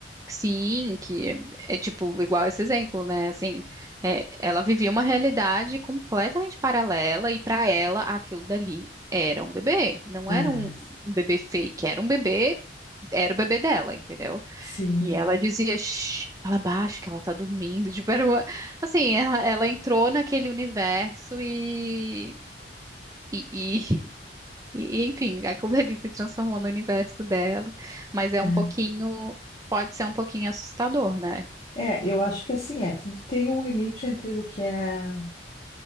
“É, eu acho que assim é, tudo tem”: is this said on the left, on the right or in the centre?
Left